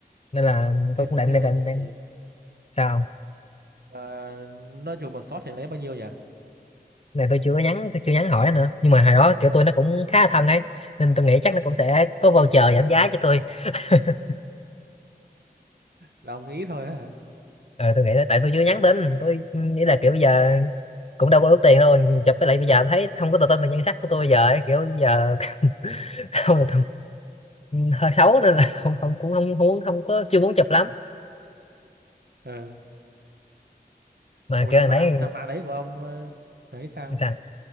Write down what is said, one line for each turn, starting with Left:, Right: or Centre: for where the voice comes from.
Left: Nên là
Right: Thế
Left: tôi
Right: thế
Left: cũng định
Right: thế
Left: định
Right: thế,
Left: định,
Right: thế.
Left: định.
Right: thế.
Left: sao không?
Right: Ờ, nó chụp một shot thì lấy bao nhiêu nhỉ?
Left: Cái Này tôi chưa có nhắn, tôi chưa nhắn hỏi nó nữa. Nhưng mà hồi đó kiểu tôi nó cũng khá là thân ấy, nên tôi nghĩ chắc nó cũng sẽ có voucher
Right: Ờ,
Left: giảm giá cho tôi. <laughs>
Right: là ông nghĩ thôi á hả?
Left: ờ, tôi nghĩ là tại tôi chưa nhắn tin tôi nghĩ là kiểu bây giờ cũng đâu có đủ tiền đâu chụp với lại bây giờ thấy không có tự tin về nhan sắc của tôi bây giờ ấy, kiểu bây giờ <laughs> không là hơi xấu nên là không, không cũng không muốn không có chưa muốn chụp lắm
Right: Ờ,
Left: mà
Right: một
Left: kiểu
Right: thằng
Left: thằng
Right: bạn
Left: nãy
Right: thằng bạn đấy của ông ờ, thấy sao?
Left: sao